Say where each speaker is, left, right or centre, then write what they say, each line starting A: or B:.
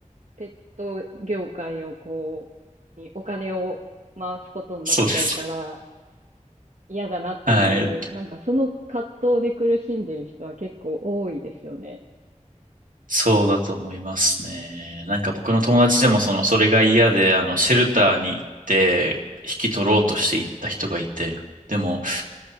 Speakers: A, on the right; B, on the right.
A: ペット業界をこう、にお金を回すことになっちゃうから
B: そうです
A: 嫌だなっていう、
B: ね。はい。
A: なんかその葛藤で苦しんでる人は結構多いですよね。
B: そうだと思いますね。なんか僕の友達でもその、それが嫌で、あの、シェルターに行って、引き取ろうとして行った人がいて、でも、